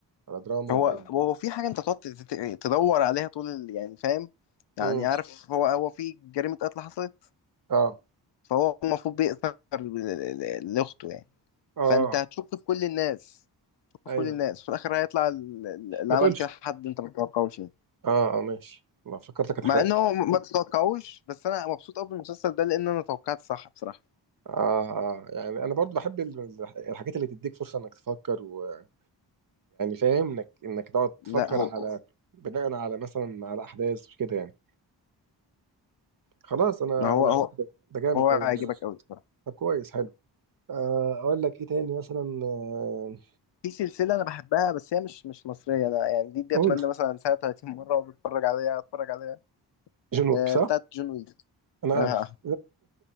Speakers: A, on the right; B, on the left.
A: ولا دراما
B: هو
A: ولا ايه
B: هو في حاجة أنت تقعد تت- تدور عليها طول ال- يعني فاهم يعني
A: امم
B: عارف هو هو في جريمة قتل حصلت
A: اه
B: فهو المفروض بيأثر ل- ل- ل- لأخته يعني
A: اه
B: فأنت هتشك في كل الناس تشك
A: ايوه
B: في كل الناس في الآخر هيطلع ال- ال- اللي
A: ما
B: عمل
A: تقولش
B: كده حد أنت ما تتوقعوش يعني.
A: اه اه ماشي ما فكرتك هتحرق
B: مع ان
A: لي
B: هو ما تتوقعوش بس انا مبسوط قوي بالمسلسل ده لان انا توقعت صح بصراحه
A: آه, اه آه، يعني انا برضو بحب ال- ال- الحاجات اللي تديك فرصه انك تفكر ويعني فاهم انك انك تقعد تفكر
B: لا هو
A: على بناء على مثلا على احداث كده يعني خلاص انا
B: ما هو
A: انا
B: هو
A: ده جامد
B: هو
A: قوي
B: هيعجبك
A: يعني
B: قوي بصراحه
A: طب كويس حلو آه اقول لك ايه تاني مثلا آه
B: في سلسله انا بحبها بس هي مش مش مصريه انا يعني دي دي
A: اقول
B: اتمنى مثلا سنه 30 مره اقعد اتفرج عليها اتفرج عليها
A: جون ويك
B: آه
A: صح
B: بتاعت جون ويك
A: انا عارف
B: آه. آه.